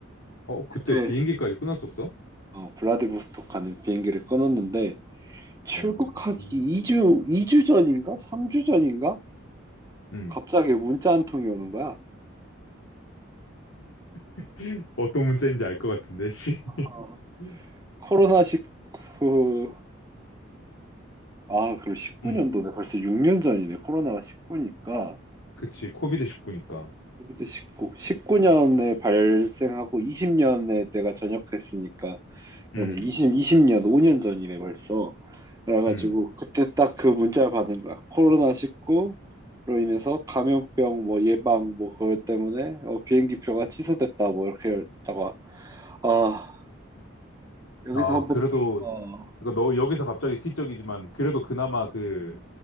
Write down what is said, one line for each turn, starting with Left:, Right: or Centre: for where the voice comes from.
Left: 어, 그때
Right: 그때
Left: 비행기까지 끊었었어?
Right: 어, 블라디보스토크 가는 비행기를 끊었는데 출국하기
Left: 어, 음.
Right: 2주 이 주 전인가 3주 전인가
Left: 음.
Right: 갑자기 문자 한 통이 오는 거야.
Left: <laughs> 어떤 문제인지 알 것 같은데, 씨. <laughs>
Right: 어, 코로나 19 아, 그럼 19년도네.
Left: 음,
Right: 벌써 6년 전이네. 코로나가 19니까.
Left: 그치. 코비드 19니까.
Right: 그때 19, 19년에 발생하고 20년에 내가 전역했으니까.
Left: 음,
Right: 그러네. 20, 20년, 5년 전이네, 벌써. 그래가지고,
Left: 음.
Right: 그때 딱 그 문자를 받은 거야. 코로나19로 인해서 감염병 뭐 예방 뭐 그것 때문에 어, 비행기 표가 취소됐다 뭐 이렇게 했다가, 아, 여기서
Left: 아,
Right: 한번,
Left: 그래도,
Right: 어,
Left: 그거 너 여기서 갑자기 티적이지만, 그래도 그나마 그,